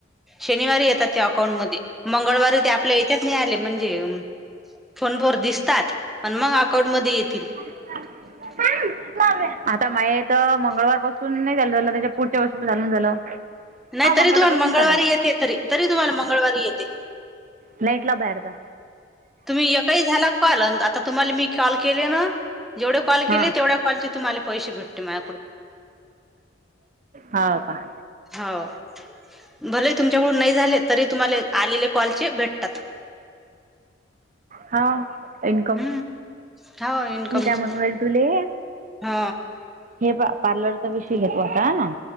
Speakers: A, in the centre; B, on the right (about 45°).
A: शनिवारी येतात त्या अकाउंटमध्ये मंगळवारी ते आपल्या याच्यात नाही आले म्हणजे फोन वर दिसतात मग अकाउंटमध्येध्ये येतील.
B: <unintelligible> आता माय मंगळवार पासून नाही झालं झालं त्याच्या पुढच्या पासून लून झालं.
A: नाही
B: हा मंगळवारपासून
A: तरी तुम्हाला मंगळवारी
B: चालू
A: येते तरी तरी तुम्हाला मंगळवारी येते.
B: नाईटला बाहेर जा.
A: तुम्ही एकाही झाला कॉल. आता तुम्हाले मी कॉल केले ना. जेवढे कॉल केले.
B: हा
A: तेवढ्या कॉलचे तुम्हाला पैसे भेटते. माझ्याकडून.
B: हाव का?
A: हाव. भले तुमच्याकडून नाही झाले. तरी तुम्हाला आलेले कॉलचे भेटतात.
B: हाव. इन्कम.
A: हम्म हो इन्कमच
B: मी काय म्हणून राईल तुले.
A: हो
B: हे पा पार्लरचा विषय घेतो आता.